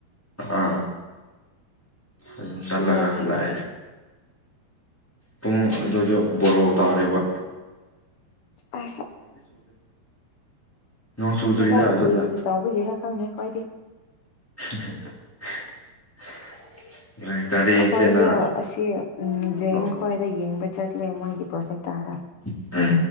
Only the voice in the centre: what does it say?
ꯑꯥ ꯑꯗꯨꯝ ꯆꯠꯂꯒ
ꯍꯜꯂꯛꯑꯦ ꯄꯨꯡ ꯑꯗꯨꯗ ꯕꯣꯔꯣ ꯇꯥꯔꯤꯕ
ꯅꯣꯡ ꯆꯨꯗ꯭ꯔꯤꯗ
ꯑꯗꯨꯗ
<unintelligible> ꯌꯦꯡꯁꯦꯅ
ꯇꯧ
ꯎꯝ